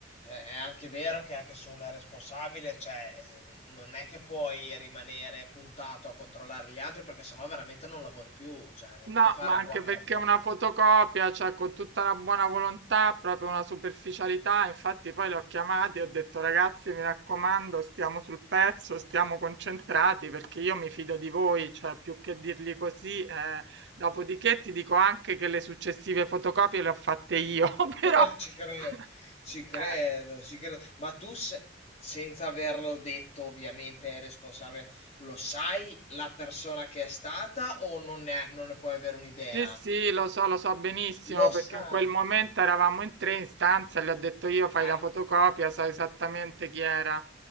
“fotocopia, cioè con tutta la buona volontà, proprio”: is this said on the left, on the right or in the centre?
Right